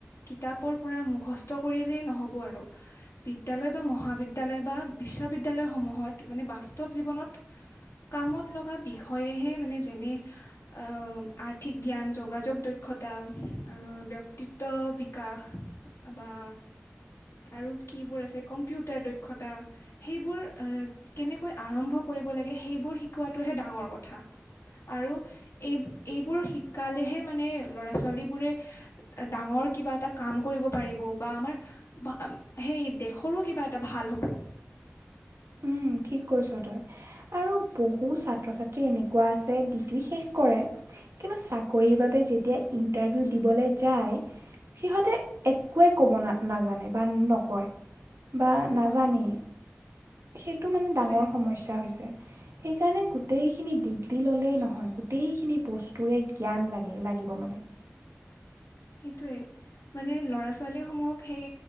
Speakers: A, on the left; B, on the right.
A: কিতাপৰ পৰা মুখস্থ কৰিয়লেই নহ'ব আৰু। বিদ্যালয় বা মহাবিদ্যালয় বা বিশ্ববিদ্যালয়সমূহত মানে বাস্তৱ জীৱনত কামত লগা বিষয়েহে মানে যেনে আ আৰ্থিক জ্ঞান যোগাযোগ দক্ষতা ব্যক্তিত্ব বিকাশ বা আৰু কিবোৰ আছে কম্পিউটাৰ দক্ষতা সেইবোৰ আ কেনেকৈ আৰম্ভ কৰিব লাগে সেইবোৰ শিকোৱাটোহে ডাঙৰ কথা। আৰু এই এইবোৰ শিকালেহে মানে ল'ৰা ছোৱালীবোৰে ডাঙৰ কিবা এটা কাম কৰিব পাৰিব বা আমাৰ বা সেই দেশৰো কিবা এটা ভাল হ'ব
B: উম ঠিক কৈছ তই আৰু বহু ছাত্ৰ ছাত্ৰী এনেকুৱা আছে ডিগ্ৰী শেষ কৰে কিন্তু চাকৰিৰ বাবে যেতিয়া ইণ্টাৰভিউ দিবলে যায় সিহঁতে একোৱে ক'ব না নাজানে বা নকয় বা নাজানেই
A: অ'
B: সেইটো মানে
A: সেইটোৱে।
B: ডাঙৰ সমস্যা হৈছে সেইকাৰণে গোটেইখিনি দিগ দি ল'লেই নহয় গোটেইখিনি বস্তুৰে জ্ঞান লাগে লাগিব মানে
A: সেইটোৱেই মানে ল'ৰা ছোৱালীসমূহক সেই